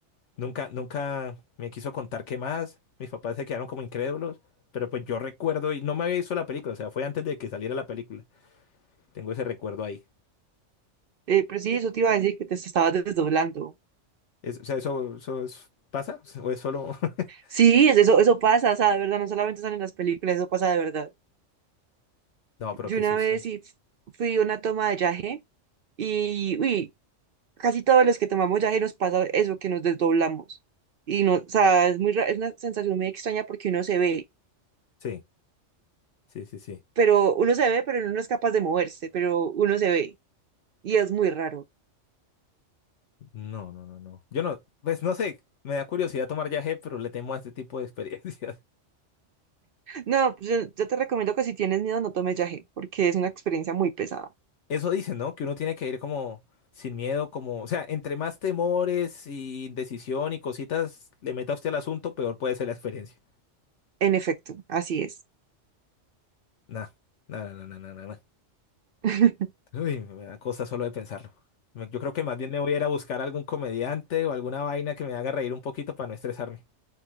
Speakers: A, on the left; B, on the right.
A: Nunca, nunca me quiso contar qué más. Mis papás se quedaron como incrédulos. Pero pues yo recuerdo y no me había visto la película, o sea, fue antes de que saliera la película. Tengo ese recuerdo ahí.
B: eh, pero sí, eso te iba a decir que te estabas desdoblando.
A: Es- o sea, ¿eso, eso es- pasa? ¿O es solo...? <laughs>
B: Sí, es- eso, eso pasa, o sea, de verdad, no solamente sale en las películas, eso pasa de verdad.
A: No, pero
B: Yo
A: qué
B: una
A: susto.
B: vez sí f- fui a una toma de yaje y, uy, casi todos los que tomamos yaje nos pasa eso, que nos desdoblamos. Y no, o sea, es muy, ra- es una sensación muy extraña porque uno se ve,
A: Sí, sí, sí, sí.
B: pero uno se ve, pero uno no es capaz de moverse, pero uno se ve. Y es muy raro.
A: No, no, no, no. Yo no, pues no sé, me da curiosidad tomar viaje, pero le temo a este tipo de <laughs> experiencias.
B: No, pues, yo, yo te recomiendo que si tienes miedo no tomes yaje, porque es una experiencia muy pesada.
A: Eso dicen, ¿no? Que uno tiene que ir como sin miedo, como, o sea, entre más temores y indecisión y cositas le meta usted al asunto, peor puede ser la experiencia.
B: En efecto, así es.
A: Nah, nada, nada, nada, nada.
B: <laughs>
A: Uy, me da cosa solo de pensarlo. Me- Yo creo que más bien me voy a ir a buscar algún comediante o alguna vaina que me haga reír un poquito para no estresarme.